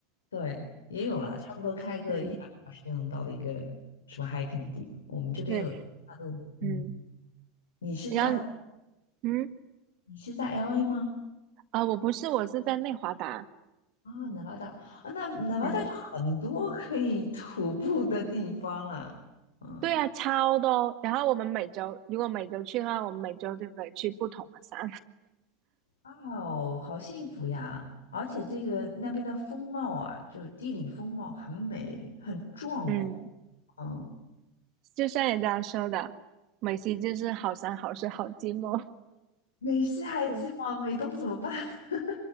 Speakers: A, on the left (about 80°); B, on the right (about 50°).
A: 对，也有了，差不多开个一两个小时就能到的一个
B: 嗯，
A: 什么 hiking 的地方。我们这边有大陆，
B: 对，
A: 嗯，
B: 嗯，
A: 你是在
B: 然后，嗯，
A: 你是在 LA 吗？
B: 啊、我不是，我是在内华达，
A: 啊南 e 大啊，那南 e
B: 嗯，
A: 大就很多可以徒步的地方了，嗯，
B: 对啊，超多。然后我们每周，如果每周去的话，我们每周就可以去不同的山，
A: 哦，好幸福呀！而且这个那边的风貌啊，就是地理风貌很美，很壮阔。
B: <laughs> 嗯，
A: 嗯。
B: 就像人家说的，美西就是好山好水好寂寞，
A: 美西还寂寞，
B: <laughs>
A: 美东怎么办？<laughs>